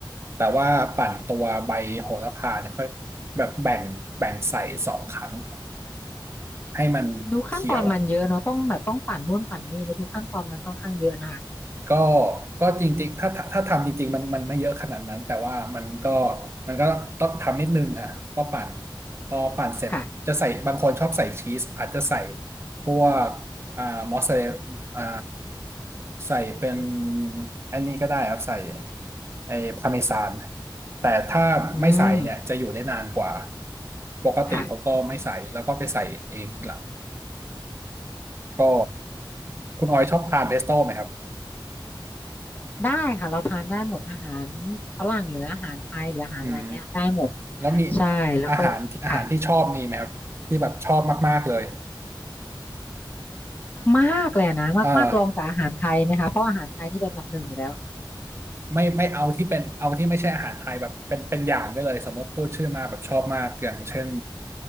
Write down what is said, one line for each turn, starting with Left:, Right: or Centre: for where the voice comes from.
Right: แต่ว่าปั่นตัวใบโหระพาเนี่ยค่อยแบบแบ่งแบ่งใส่สองครั้งครับให้มันเขียว
Left: ดูขั้นตอนมันเยอะเนาะต้องแบบต้องปั่นนู่นปั่นนี่แล้วดูขั้นตอนมันค่อนข้างเยอะนะคะ
Right: ก็ก็จริงๆถ้าถ้าถ้าทำจริงๆมันมันไม่เยอะขนาดนั้นแต่ว่ามันก็มันก็ต้องทำนิดนึงฮะก็ปั่นพอปั่นเสร็จจะใส่บางคนชอบใส่ชีสอาจจะใส่
Left: ค่ะ
Right: พวกอ่ามอสซาเรลอ่าใส่เป็นอันนี้ก็ได้ครับใส่ไอ้พาเมซานแต่ถ้าไม่ใส่เนี่ยจะอยู่ได้นานกว่า
Left: อืม
Right: ปกติผมก็ไม่ใส่แล้วก็ไปใส่เองทีหลัง
Left: ค่ะ
Right: ก็คุณออยชอบทานเพสโต้ไหมครับ
Left: ได้ค่ะเราทานได้หมดอาหารฝรั่งหรืออาหารไทยหรืออาหารอะไรเงี้ยได้หมด
Right: อืม แล้วมี
Left: ใช่แล้วก็ค่ะ
Right: อาหารที่อาหารที่ชอบมีไหมครับที่แบบชอบมากๆเลย
Left: มากๆเลยอะนะมากๆลองจากอาหารไทยไหมคะเพราะอาหารไทยนี่เป็นอันดับหนึ่งอยู่แล้ว
Right: เออไม่ไม่เอาที่เป็นเอาที่ไม่ใช่อาหารไทยแบบเป็นเป็นอย่างได้เลยสมมติพูดชื่อมาแบบชอบมากอย่างเช่น